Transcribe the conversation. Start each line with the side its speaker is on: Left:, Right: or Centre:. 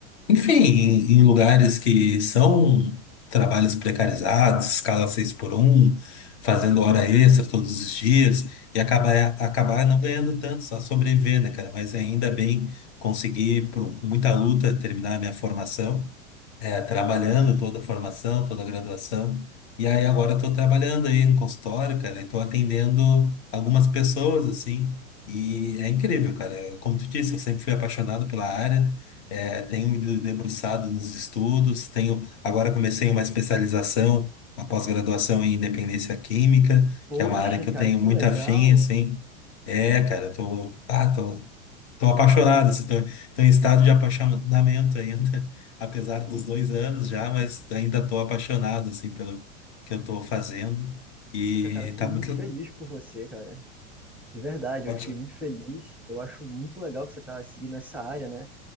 Left: enfim, em, em lugares que são trabalhos precarizados, escala 6 por um fazendo hora extra todos os dias, e acabar, acabar não ganhando tanto, só sobreviver, né, cara? Mas ainda bem conseguir, por muita luta, terminar a minha formação é, trabalhando toda a formação, toda a graduação. E aí agora estou trabalhando aí no consultório, cara, e estou atendendo algumas pessoas, assim, e é incrível, cara. Como tu disse, eu sempre fui apaixonado pela área, é, tenho me de- debruçado nos estudos, tenho agora comecei uma especialização, uma pós-graduação em independência química,
Centre: Poxa,
Left: que é uma área que eu
Centre: cara,
Left: tenho
Centre: que
Left: muito
Centre: legal.
Left: afim, assim. É, cara, eu tô, ah, Estão apaixonados, estão em estado de apaixonamento ainda, <laughs> apesar dos dois anos já, mas ainda estou apaixonado assim pelo que eu estou fazendo e
Centre: Poxa, cara, fiquei
Left: tá muito
Centre: muito feliz por você, cara. De verdade,
Left: ótimo.
Centre: eu fiquei muito feliz. Eu acho muito legal que você está seguindo essa área, né?